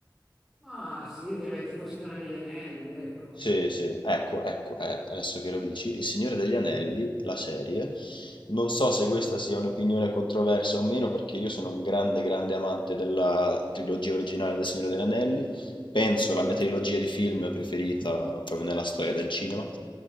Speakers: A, in the centre; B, on the left (about 90°).
A: Ma sì, direi tipo Signore degli Anelli, ecco.
B: Sì, sì, ecco, ecco, eh, adesso che lo dici, Il Signore degli Anelli, la serie, non so se questa sia un'opinione controversa o meno, perché io sono un grande, grande amante della trilogia originale del Signore degli Anelli, penso
A: Sì, sì.
B: la mia trilogia di film preferita proprio nella storia del cinema,